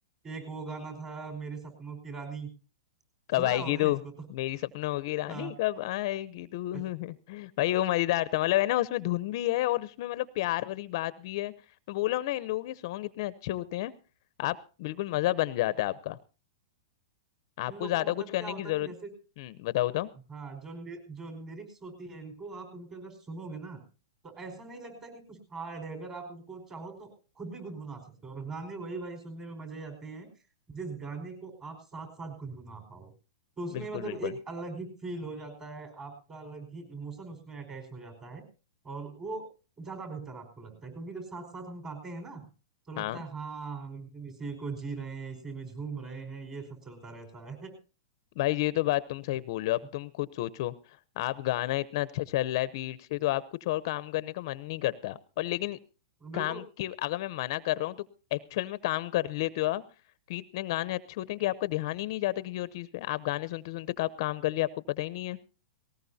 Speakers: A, on the right (about 20°); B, on the left (about 50°).
A: एक वो गाना था मेरे सपनों की रानी
B: कब
A: सुना
B: आएगी
A: होगा
B: तू
A: इसको तो
B: मेरी सपनों की रानी
A: हाँ
B: कब आएगी तू
A: अ,
B: <laughs> भाई वो मजेदार था मतलब है ना उसमें धुन भी है और उसमें मतलब प्यार वाली बात भी है मैं बोला हूं ना इन लोगों के सॉन्ग इतने अच्छे होते हैं आप बिल्कुल मजा बन जाता है आपका आपको
A: इन लोग
B: ज्यादा
A: का मतलब
B: कुछ करने
A: क्या होता
B: की
A: है
B: जरूरत
A: ना जैसे
B: हम्म बताओ बताओ
A: हाँ जो लि, जो लिरिक्स होती है इनको आप उनके अगर सुनोगे ना तो ऐसा नहीं लगता कि कुछ हार्ड है अगर आप उनको चाहो तो खुद भी गुनगुना सकते हो और गाने वही भाई सुनने में मजे आते हैं जिस गाने को आप साथ साथ गुनगुना पाओ तो उसमें
B: बिल्कुल
A: मतलब
B: बिल्कुल
A: एक अलग ही फील हो जाता है आपका अलग ही इमोशन उसमें अटैच हो जाता है और वो ज्यादा बेहतर आपको लगता है क्योंकि जब साथ साथ हम गाते हैं ना तो लगता
B: हाँ
A: है हाँ हम एकदम इसी को जी रहे हैं इसी में झूम रहे हैं ये सब चलता रहता है
B: भाई ये तो बात तुम सही
A: <laughs>
B: बोल रहे हो अब तुम खुद सोचो आप गाना इतना अच्छा चल रहा है पीठ से तो आप कुछ और काम करने का मन नहीं करता और लेकिन काम
A: बिल्कुल
B: के अगर मैं मना कर रहा हूँ तो एक्चुअल में काम कर लेते हो आप कि इतने गाने अच्छे होते हैं कि आपका ध्यान ही नहीं जाता किसी और चीज़ पे आप गाने सुनते सुनते आप काम कर लिए आपको पता ही नहीं है